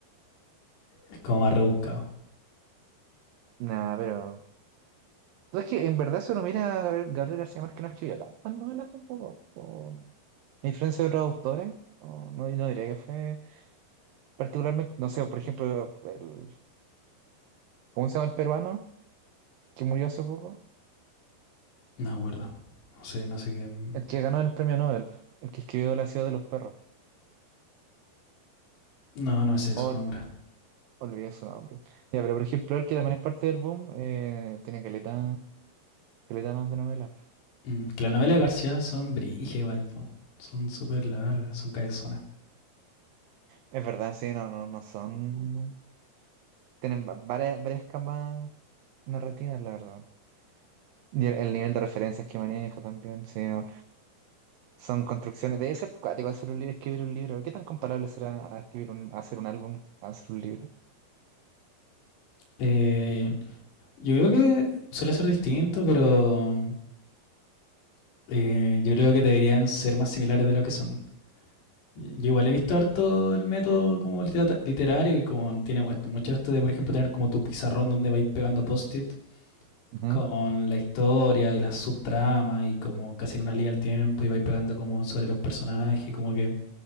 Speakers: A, on the left; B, on the right.
A: Es como más rebuscado.
B: nada pero. Pues es que en verdad, si uno mira a Gabriel, Gabriel García Márquez, no escribió tantas novelas tampoco. o no. A Influencia de otros autores, no, no, no diría que fue particularmente. No sé, por ejemplo, el, ¿cómo se llama el peruano que murió hace poco?
A: No me acuerdo. No sé, no sé quién.
B: El que ganó el premio Nobel, el que escribió La ciudad de los perros.
A: No, no sé su
B: Ol-
A: nombre.
B: olvidé su nombre. Ya, pero por ejemplo, el que también es parte del boom, eh, tiene caleta, caleta más de novelas.
A: Mm, que las novelas de García son brige igual, po. Son súper largas, son cabezonas.
B: Es verdad, sí, no, no, no son. Tienen va- varias, varias camas narrativas, la verdad. bueno. Y el, el nivel de referencias que maneja también, sí, no, Son construcciones. Debe ser cuático hacer un libro, escribir un libro. ¿Qué tan comparable será a escribir un, a hacer un álbum, a hacer un libro?
A: Eh, yo creo que suele ser distinto, pero eh, yo creo que deberían ser más similares de lo que son. Yo igual he visto harto el método como liter- literario y como tiene mu- mucho esto de, por ejemplo, tener como tu pizarrón donde vais pegando post-it
B: Ujú.
A: con la historia y las subtramas y como casi en una línea al tiempo y vais pegando como sobre los personajes, como que